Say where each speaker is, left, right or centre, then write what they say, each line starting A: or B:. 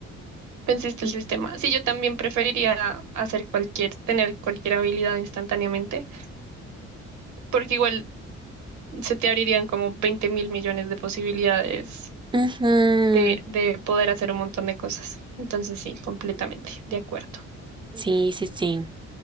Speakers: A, on the right; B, on the right.
A: Venciste el sistema. Sí, yo también preferiría hacer cualquier, tener cualquier habilidad instantáneamente, porque igual se te abrirían como 20 mil millones de posibilidades
B: Ujú.
A: de, de poder hacer un montón de cosas. Entonces sí, completamente, de acuerdo.
B: Sí, sí, sí.